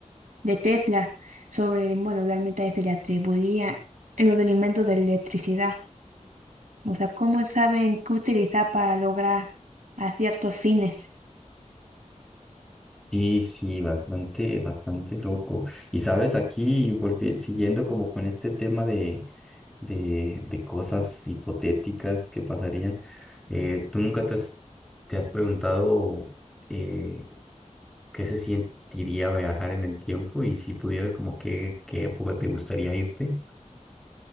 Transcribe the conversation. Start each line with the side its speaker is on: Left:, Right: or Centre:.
Right: de Tesla, sobre, bueno, realmente a él se le atribuía en lo del invento de la electricidad. O sea, ¿cómo saben qué utilizar para lograr a ciertos fines?
Centre: Sí, sí, bastante, bastante loco. Y sabes, aquí volvi- siguiendo como con este tema de de, de cosas hipotéticas que pasarían. Eh, ¿tú nunca te has, te has preguntado eh, qué se sentiría viajar en el tiempo y si pudieras, como qué, qué época te gustaría irte?